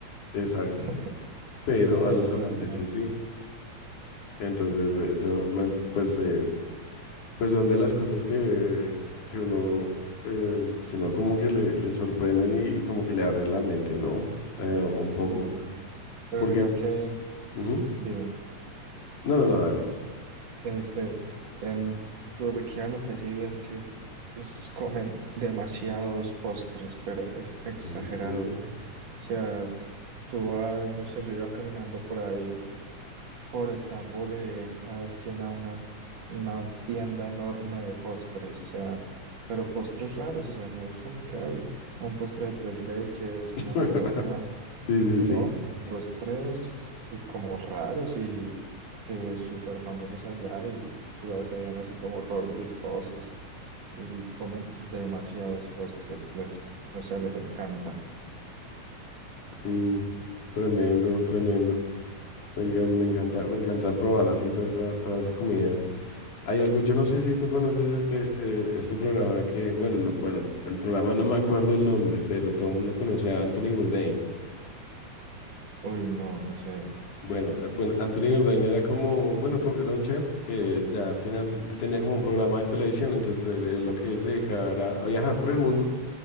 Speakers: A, on the left; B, on the right.
A: Exacto
B: <laughs>
A: pero
B: sí,
A: a los
B: es
A: holandeses
B: verdad,
A: sí. Entonces, eso, me- pues, eh, pues son de las cosas que, que uno, eh, que uno como que le, le sorprenden y, y como que le abren la mente, ¿no? Eh, un
B: sí,
A: poco,
B: Pero
A: porque,
B: mira que,
A: ujú.
B: dime,
A: No, no, no, dale.
B: este, en Turquía lo que sí vi es que s- comen demasiados postres, pero es exagerado.
A: ¿En serio?
B: O sea, tú vas, no sé, yo iba caminando por ahí. Por Estambul y veía en cada esquina una, una tienda enorme de postres, o sea, pero postres raros, o sea, no es como que hay un postre de tres leches,
A: <laughs>
B: una milhoja,
A: Sí,
B: <laughs>
A: sí,
B: no,
A: sí.
B: postres co- como raros y que súper famosos allá y su- se veían así como todos vistosos y comen demasiados postres, les, o sea, les encanta.
A: Mm, tremendo, tremendo. Me encan- me encanta, me encanta probar así toda esa, toda esa comida. Hay algo, yo no sé si tú conoces este, eh, este programa que, bueno, no- bueno, el programa no me acuerdo el nombre, pero todo el mundo conoce a Anthony Bourdain.
B: Uy, no, no sé.
A: Bueno, eh, bueno, Anthony Bourdain era como, bueno, fue- era un chef que ya al final tenía como un programa de televisión, entonces él, él lo que se dedicaba era a viajar por el mundo,